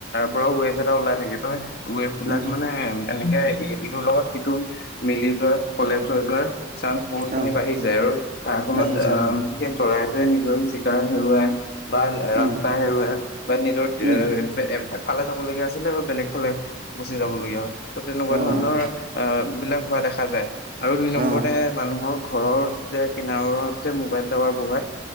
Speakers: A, on the left; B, on the right.
A: ৱেব এটা ওলাই থাকে, ত' ৱেববিলাক
B: উম
A: মানে এনেকে ইটোৰ লগত সিটো মিলি যোৱা কলেপছ হৈ যোৱাৰ চান্স বহুত খিনি
B: অ
A: বাঢ়ি যায় আৰু তাৰ ফলত
B: বাঢ়ি যায়
A: আহ
B: হয়
A: গতিকে চৰাইটোৱে নিজৰ চিকাৰ হেৰুৱায়। বা ৰাস্তা
B: উম
A: হেৰুৱাই বা নিজৰ
B: উম,
A: এ এ এফালে যাবলগীয়া আছিলে বেলেগফালে গুচি যাব লগীয়া হয়। ত' তেনেকুৱা
B: অ',
A: ধৰণৰ
B: অ',
A: অ' বিলাক হোৱা দেখা যায়। আৰু দুই নম্বৰতে
B: অ',
A: মানুহৰ ঘৰত যে, কিনাৰত যে, মোবাইল টাৱাৰ বহায়।